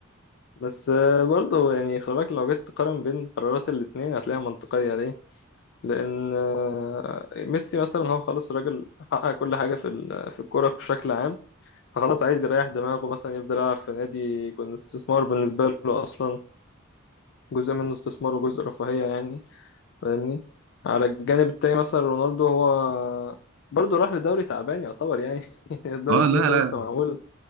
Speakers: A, on the left; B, on the right.
A: بس آه، برضه يعني خلي بالك لو جيت تقارن بين قرارات الاتنين هتلاقيها منطقية ليه؟ لأن آه، ميسي مثلا هو خلاص الراجل حقق كل حاجة في ال- في الكورة بشكل عام فخلاص عايز يريح دماغه مثلا يفضل يلعب في نادي يكون استثمار بالنسبة له أصلا جزء منه استثمار وجزء رفاهية يعني فاهمني؟ على الجانب التاني مثلا رونالدو هو برضه راح لدوري تعبان يعتبر يعني <laughs> الدوري
B: اه
A: السعودي
B: لا
A: ده
B: لا
A: لسه معمول